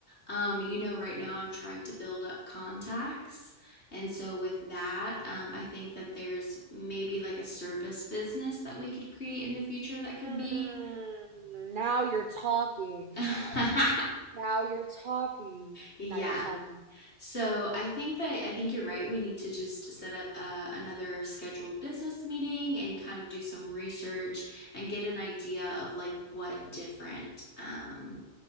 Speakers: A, on the left (about 75°); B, on the right (about 50°).
A: Um, you know, right now I'm trying to build up contacts. And so, with that, um, I think that there's maybe like a service business that we could create in the future that could
B: Mm,
A: be.
B: now you're talking.
A: <laughs>
B: Now you're talking.
A: yeah,
B: Now you're talking.
A: So I think that I think you're right. We need to just set up uh, another scheduled business meeting and kind of do some research and get an idea of like what different um,